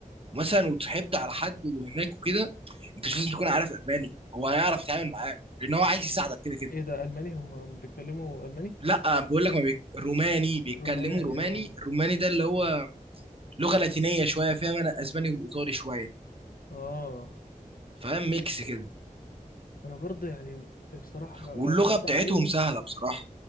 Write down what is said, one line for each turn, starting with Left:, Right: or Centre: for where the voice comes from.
Right: مثلا وتصاحبت على حد وهناك وكده انت مش لازم تكون عارف الماني هو هيعرف يتعامل معاك لان هو عايز يساعدك كده كده
Left: ايه ده ألماني هم بيتكلموا ألماني
Right: لا بقول لك ما بي... روماني بيتكلموا
Left: روماني
Right: روماني
Left: اه
Right: الروماني ده اللي هو لغه لاتينيه شويه فيها من الاسباني والايطالي شويه
Left: اه
Right: فاهم ميكس كده
Left: انا برضه يعني بصراحة لو
Right: واللغه
Left: لو الحوار
Right: بتاعتهم
Left: ده حقيقي
Right: سهله بصراحه